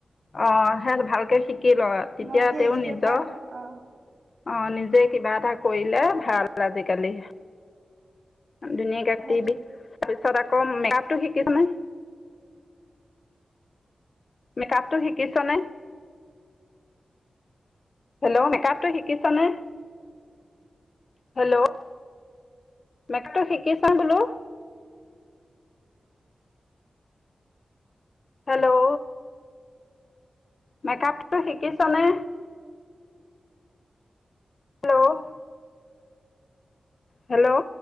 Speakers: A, on the left; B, on the right.
A: অ সে ভালকে শিক কি কৰ তেতিয়া
B: মই এতিয়া
A: তেওঁ
B: ষ্টেপ
A: নিজৰ
B: কাট অ
A: অ নিজে কিবা এটা কৰিলে ভাল আজিকালি ধুনিয়াকে কাতিবি
B: সেই
A: তাৰপিছত আকৌ মেকআপটো শিকিছ নে মেকআপটো শিকিছনে হেল্ল' মেকআপটো শিকিছনে হেল্ল' মেকআপটো শিকিছ বোলো হেল্ল' মেকআপটো শিকিছনে? Hello hello